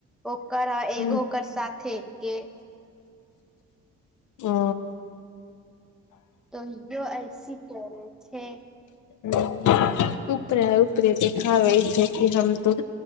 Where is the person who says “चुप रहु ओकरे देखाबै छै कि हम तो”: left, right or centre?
Left